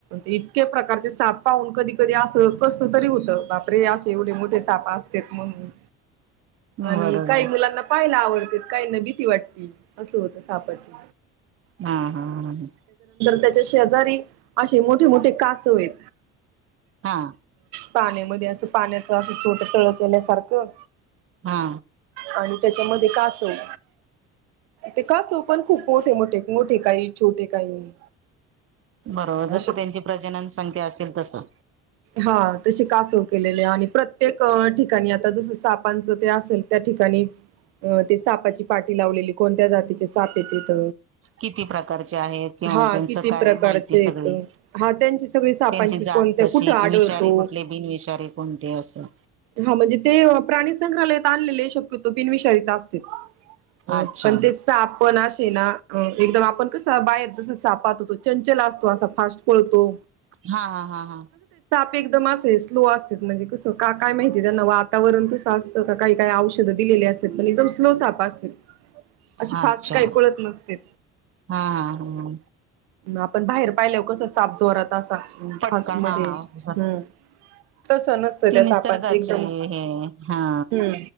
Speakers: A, on the right (about 75°); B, on the right (about 35°).
A: इ प्रकारचे साप पाहून कधी- कधी अस कस तरी, बापरे! असे एवढे मोठे सापा असत म्हणून आणि
B: बरोबर
A: काही मुलांना पाहि ला आवडते काय न भीती वाटते असं होत सापाचं.
B: हा हा ह ह
A: त्याच्या शेजारी असे मोठे- मोठे कासव आहेत
B: हा
A: पाण्यात मध्ये अस पाण्याच असं छोट तळ केल्यासारखं
B: हा.
A: आणि त्याच्यामध्ये का असल. ते काासो पण खूप मोठे मोठे मोठे काही छोटे काही.
B: बरोबर
A: अ
B: जसं त्यांची प्रजनन संख्या असेल तसं
A: हा तशी कास केलेले आणि प्रत्येक ठिकाणी आता जस सापांच ते असेल त्या ठिकाणी अं ते सापाची पाठी लावलेली कोणत्या जातीचे साप येतेथ.
B: किती प्रकारचे आहेत किंवा
A: हा
B: त्यांचं
A: किती
B: काय
A: प्रकारचे
B: माहिती सगळी
A: येत हा त्यांची सगळी सापांची.
B: त्यांची जात
A: कोणत्या
B: कशी
A: कुठं आढळतो
B: की विषारी कुठले बिनविषारी कोणते असं.
A: हा म्हणजे ते प्राणी संग्रहालयात आणलेले शक्यतो बिनविषारीचा असते. अ
B: अच्छा
A: पण ते सापण असे ना. अ एकदम आपण कसं बाहेर जस सापात होतो चंचल असतो असा फास्ट पळतो.
B: हा हा हा हा.
A: म अस स्लो अस म्हणजे कस का काय माहिती त्यां वातावरण तसत. काही काही औषधं दिलेली असत पण एकदम स्लो साप असते. अशी
B: अच्छा
A: फास्ट काही पळत नसते
B: हा हा हा
A: आपण बाहेर पायल कसं साप जोरत असा
B: पटकन
A: फास्ट मध्ये
B: हा, हा
A: हम्म तसं नसतं
B: ती
A: त्या सापांचं
B: निसर्गाची
A: एकदम
B: हे हा.
A: हम्म